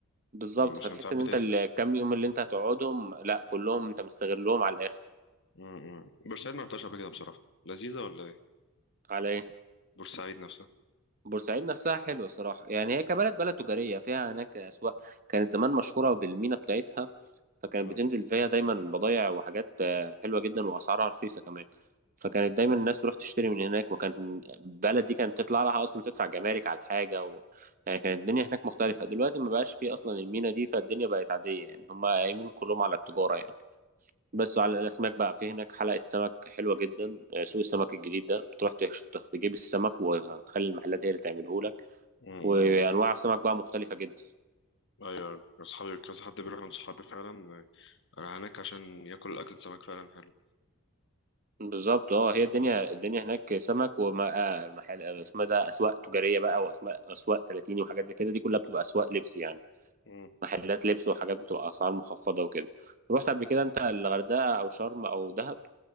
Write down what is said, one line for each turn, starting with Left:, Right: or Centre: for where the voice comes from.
Right: بالظبط
Left: مم، عشان
Right: فتحس
Left: ساعات
Right: ان
Left: بتزهق
Right: انت الكام يوم اللي انت هتقعدهم لا كلهم انت مستغلهم على الاخر
Left: امم بورسعيد ما رحتهاش قبل كده بصراحة لذيذة ولا ايه
Right: على ايه
Left: بورسعيد نفسها
Right: بورسعيد نفسها حلوه صراحه يعني هي كبلد بلد تجاريه فيها هناك اسواق كانت زمان مشهوره بالمينا بتاعتها فكانت
Left: امم
Right: بتنزل فيها دايما بضايع وحاجات آه، حلوه جدا واسعارها رخيصه كمان فكانت دايما الناس تروح تشتري من هناك وكان البلد دي كانت تطلع لها اصلا تدفع جمارك على الحاجه و... يعني كانت الدنيا هناك مختلفه دلوقتي ما بقاش فيه اصلا المينا دي فالدنيا بقت عاديه يعني هم قايمين كلهم على التجاره يعني بس على الاسماك بقى في هناك حلقه سمك حلوه جدا آه، سوق السمك الجديد ده بتروح تش- تجيب السمك وتخلي المحلات هي اللي تعمله لك
Left: امم
Right: وانواع سمك بقى مختلفه جدا
Left: ايوه اصحابي كذا حد بيروح من صحابي فعلا آه، هناك عشان ياكل اكل سمك فعلا حلو
Right: بالظبط اه هي الدنيا الدنيا هناك سمك ومحل اسمها ده اسواق تجاريه بقى واسماء اسواق 30 وحاجات زي كده دي كلها بتبقى اسواق لبس يعني
Left: مم.
Right: محلات لبس وحاجات بتبقى اسعار مخفضه وكده رحت قبل كده انت الغردقه او شرم او دهب